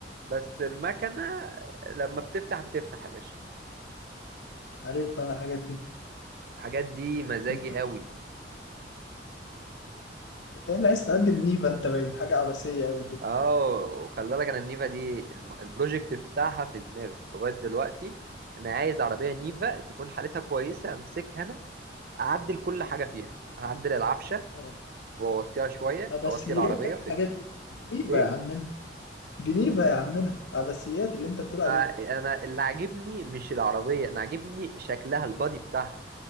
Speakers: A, on the right; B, on the left.
A: بس المكنه لما بتفتح بتفتح يا باشا
B: عارف انا الحاجات
A: الحاجات دي مزاجي
B: دي
A: قوي
B: إيه اللي عايز تقدم نيفا انت باين حاجة عبثية قوي كده
A: اه وخلي بالك انا النيفا دي الم- البروجكت بتاعها في دماغي لغايه دلوقتي انا عايز عربيه نيفا تكون حالتها كويسه امسكها انا اعدل كل حاجه فيها اعدل العفشه
B: مم.
A: واوطيها شويه
B: عبثيات
A: اوطي العربيه
B: يا عم
A: في
B: الحاجات دي دي نيفا
A: ايه
B: يا عمنا دي نيفا يا عمنا عبثيات اللي انت بتقول عليه
A: آه، انا اللي عاجبني مش العربيه انا عاجبني شكلها البادي بتاعها